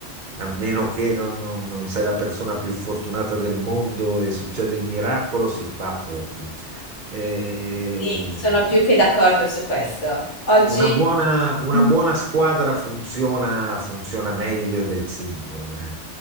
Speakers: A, on the right (about 50°); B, on the left (about 80°).
A: a meno che non, non- non sei la persona più fortunata del mondo e succede il miracolo, si fa poco. Eh,
B: Sì, sono più che d'accordo su questo. Oggi,
A: una buona, una
B: <laughs>
A: buona squadra funziona, funziona meglio del singolo, eh.